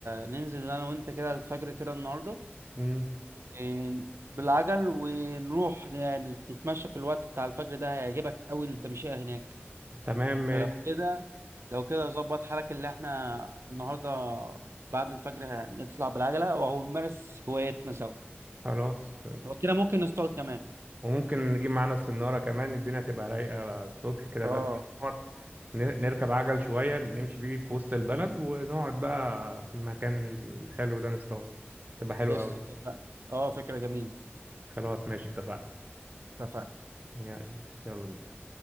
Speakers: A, on the right (about 75°); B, on the right (about 40°).
A: ننزل انا وانت كده الفجر كده النهاردة
B: امم
A: إيه، بالعجل ونروح ن- نتمشى في الوقت بتاع الفجر ده هيعجبك قوي التمشية هناك
B: تمام ماشي
A: فلو كده لو كده ظبط حالك اللي احنا النهاردة بعد الفجر هنطلع بالعجلة وهو نمارس هوايتنا سوا
B: خلاص
A: لو كده ممكن نصطاد كمان
B: وممكن نجيب معانا السنارة كمان الدنيا تبقى رايقة الصبح كده
A: اه
B: بدري نقعد ن- نركب عجل شوية نمشي بيه في وسط البلد ونقعد بقى في المكان الحلو ده نصطاد تبقى حلوة
A: قشطة
B: أوي
A: اتفقنا اه فكرة جميلة
B: خلاص ماشي اتفقنا
A: اتفقنا
B: يا- يلا بينا